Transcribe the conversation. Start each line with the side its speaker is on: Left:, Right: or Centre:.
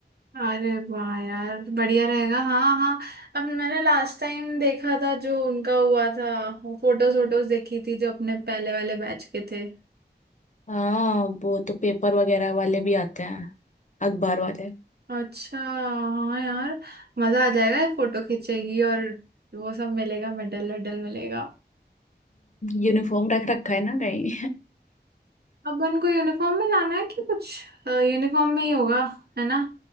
Right: अरे वाह यार बढ़िया रहेगा हाँ हाँ अब मैंने लास्ट टाइम देखा था जो उनका हुआ था फोटोज वोटोज देखी थी जो अपने पहले वाले बैच के थे
Left: हाँ वो तो पेपर वगैरह वाले भी आते हैं अखबार वाले
Right: अच्छा हाँ यार मजा आ जाएगा फोटो खींचेगी और वो सब मिलेगा मेडल वेडल मिलेगा
Left: यूनिफॉर्म रख रखा है ना कहीं
Right: अपन को यूनिफॉर्म में जाना है कि कुछ यूनिफॉर्म में ही होगा है ना